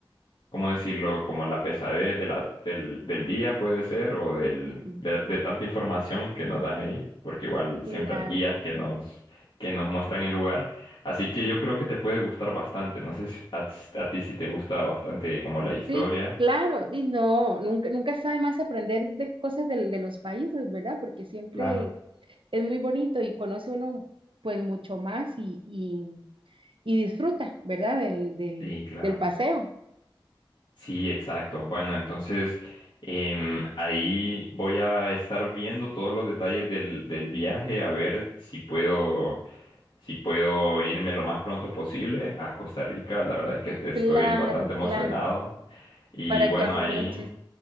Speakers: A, on the left (about 60°); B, on the right (about 75°).
A: ¿cómo decirlo? Como la pesadez de la, del, del día puede ser o del,
B: Ujú.
A: de, de tanta información que nos dan ahí, porque igual
B: Claro.
A: siempre hay guías que nos, que nos muestran el lugar. Así que yo creo que te puede gustar bastante. No sé si a, a ti si te gusta bastante como la historia.
B: Sí, claro. Y no, nunca, nunca sabe más aprender de cosas del- de, los países, ¿verdad? Porque siempre
A: Claro.
B: es muy bonito y conoce uno pues mucho más y, y, y disfruta, ¿verdad? Del, del,
A: Sí, claro.
B: del paseo.
A: Sí, exacto. Bueno, entonces em, ahí voy a estar viendo todos los detalles del, del viaje, a ver si puedo Si puedo irme lo más pronto posible a Costa Rica, la verdad es que estoy
B: Claro,
A: bastante emocionado.
B: claro.
A: Y
B: Para
A: bueno,
B: que aproveches.
A: ahí,